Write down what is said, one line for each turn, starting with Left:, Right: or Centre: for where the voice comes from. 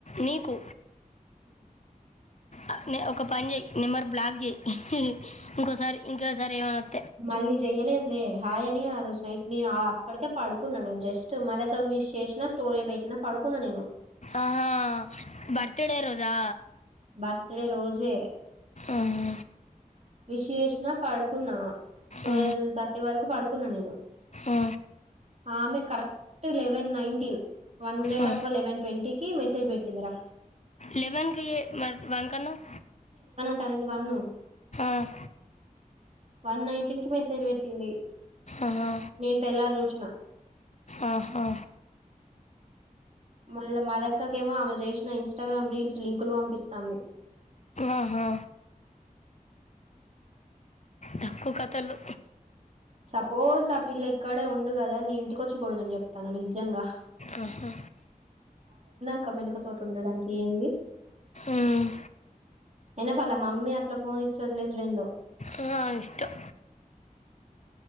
Left: నీకు అ నే ఒక పన్ జెయ్ నెంబర్ బ్లాక్ జెయ్ ఇంకోసారి ఇంకోసారి ఏమనద్
Right: మళ్ళీ జెయ్యలేదులే. హాయ్ అని ఆ రోజు నైట్ నేను ఆ, ఆ అప్పడికే పడుకున్నా నేను జస్ట్ మదక్క. విష్ చేసిన స్టోరీ బెట్టిన పడుకున్నా నేను
Left: ఆహా బర్తడే రోజా
Right: బర్త్ డే రోజే
Left: ఆహా,
Right: విష్ చేసిన పడుకున్న ట్వెల్వ్
Left: ఆ,
Right: థర్టీ వరకు పడుకున్నా నేను
Left: ఆ,
Right: ఆమె కరెక్ట్ లెవెన్ నైన్టీన్, వన్ మినిట్
Left: ఆ.
Right: తక్కువ లెవెన్ ట్వంటీకి మెసేజ్ పెట్టటిందరా.
Left: లెవెన్కే ఎ మరి వన్ కన్నవ్
Right: పదయ్యింది వన్ను
Left: క
Right: వన్ నైన్టీన్ కి మెసేజ్ పెట్టింది
Left: ఆహా,
Right: నేన్ తెల్లారి చూసిన.
Left: ఆహా
Right: మళ్ళ మదక్కకేమో ఆమె చేసిన ఇన్స్టాగ్రామ్ రీల్స్ లింకులు పంపిస్తాంది
Left: ఆహా తక్కువ కతలు
Right: సపోజ్ ఆ పిల్ల ఇక్కడే ఉండు కదా నీ ఇంటికొచ్చి కొడుదును చెప్తుందా నిజంగా
Left: ఆహా
Right: ఓక్క మెలికతోటి ఉండడానికి ఏంది
Left: ఉమ్,
Right: అయినా పర్లే మమ్మీ అట్లా ఫోన్ ఇచ్చి వదిలేసుడెందో
Left: ఉమ్ ఆమె ఇష్టం